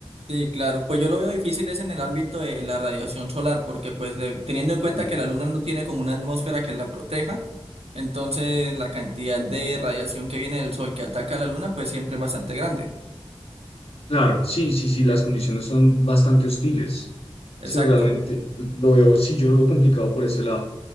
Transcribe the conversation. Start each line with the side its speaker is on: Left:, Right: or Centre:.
Right: sí, claro. Pues yo lo veo difícil es en el ámbito de la radiación solar, porque pues de- teniendo en cuenta
Left: Mm.
Right: que la luna no tiene como una atmósfera que la proteja, entonces la cantidad de radiación que viene del sol que ataca a la luna pues siempre es bastante grande.
Left: Claro, sí, sí, sí, las condiciones son bastante hostiles.
Right: Exacto.
Left: Sí, realmente lo veo, sí, yo lo veo complicado por ese lado.